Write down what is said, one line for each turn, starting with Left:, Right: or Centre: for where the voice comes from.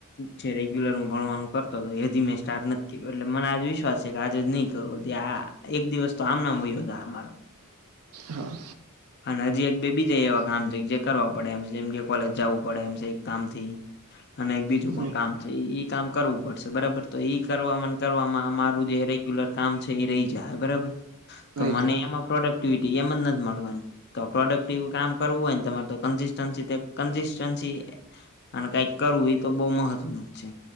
Left: જે રેગ્યુલર હું ભણવાનું કરતો હતો એ હજી મેં સ્ટાર્ટ નથ એટલે મને આજ વિશ્વાસ છે કે આજે જ નહીં કરવો આ એક દિવસ તો આમ ન આમ વયો જાહે મારો.
Right: હા.
Left: અને હજી એક બે બીજા એવા કામ છે, જે કરવા પડે એમ છે જેમ કે કોલેજ જાવું પડે એમ છે એક કામથી. અને એક બીજું
Right: હમ
Left: પણ
Right: હા
Left: કામ તો ઈ કામ કરવું પડશે બરાબર? તો ઈ કરવામાં કરવામાં મારું જે રેગ્યુલર કામ છે એ રહી જાહે બરાબર. તો
Right: હોય
Left: મને
Right: છે
Left: એમાં પ્રોડક્ટિવિટી એમ જ નથ મળવાની તો પ્રોડક્ટ એવું કામ કરવું હોય ને તમારે તો કન્સિસ્ટન્સી કન્સિસ્ટન્સી અને કઈક કરવું એ તો બહુ મહત્વનું છે